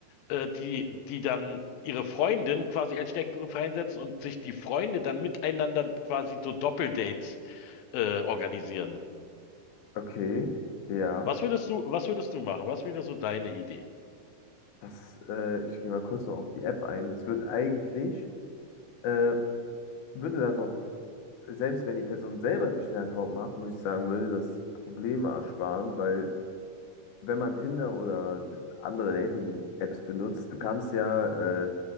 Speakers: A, on the left; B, on the left.
A: äh, die, die dann ihre Freundin quasi als Steckbrief reinsetzen und sich die Freunde dann miteinander quasi so Doppeldates äh, organisieren.
B: okay. Ja.
A: Was würdest du, was würdest du machen? Was wäre so deine Idee?
B: Das, äh, ich gehe mal kurz noch auf die App ein. Das wird eigentlich, äh, würde das auch, selbst wenn die Person selber sich den Account macht, muss ich sagen, würde das Probleme ersparen, weil wenn man Tinder oder d- andere Dating-Apps benutzt, du kannst ja, äh,